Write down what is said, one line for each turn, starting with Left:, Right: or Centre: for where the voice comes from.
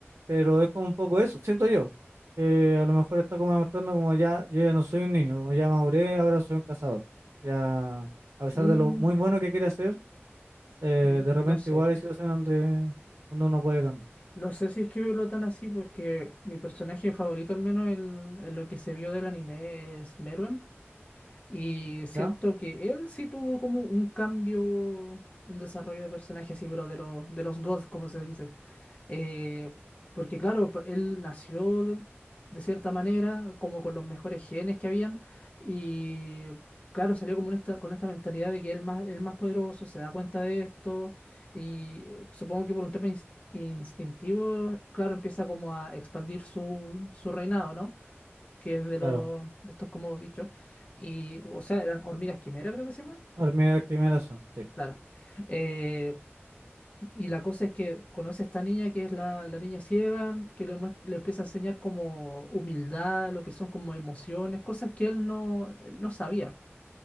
Right: pero es como un poco eso, siento yo, que a lo mejor está como demostrando como ya, yo ya no soy un niño, como ya maduré, ahora soy un cazador. Ya, a pesar
Left: Mm,
Right: de lo muy bueno que quiere hacer, eh,
Left: no
Right: de repente
Left: sé.
Right: igual hay situaciones donde, donde uno puede cambiar,
Left: No sé si es que verlo tan así porque mi personaje favorito, al menos en, en lo que se vio del anime, es Meruem. Y siento
Right: ¿ya?
Left: que él sí tuvo como un cambio, un desarrollo de personaje así, pero de, los de los gods, como se dice. Eh, porque claro, pa- él nació de cierta manera, como con los mejores genes que habían, y claro, salió como en esta, con esta mentalidad de que él más, el más poderoso se da cuenta de esto, y eh, supongo que por un tema ins- instintivo, claro, empieza como a expandir su, su reinado, ¿no? que es de
Right: Claro,
Left: los de estos como bichos. Y, o sea, eran hormigas quimera, creo que se llaman.
Right: hormigas quimeras son, sí,
Left: Claro. Eh, y la cosa es que conoce a esta niña que es la, la niña ciega, que le, muest- le empieza a enseñar como humildad, lo que son como emociones, cosas que él no, él no sabía.